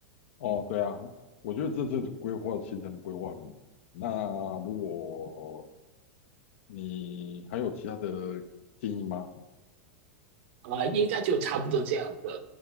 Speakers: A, on the left; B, on the right.
A: 哦，对啊，我觉得这次规划行程规划，那如果你还有其他的建议吗？
B: 啊、呃应该就差不多这样的，